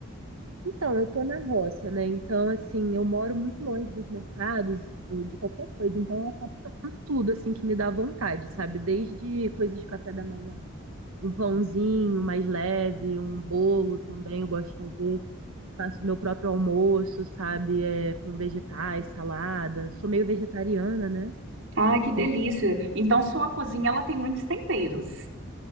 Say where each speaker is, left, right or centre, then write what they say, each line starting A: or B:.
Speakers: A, on the right (about 75°); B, on the right (about 55°).
A: Então, eu tô na roça, né? Então, assim, eu moro muito longe dos mercados, do- de qualquer coisa. Então, eu acabo fazendo tudo, assim, que me dá vontade, sabe? Desde coisas de café da manhã, um pãozinho mais leve, um bolo também eu gosto de fazer. Faço meu próprio almoço, sabe? É, com vegetais, salada. Sou meio vegetariana, né?
B: Ah, que delícia.
A: Então,
B: Então, sua cozinha, ela tem muitos temperos.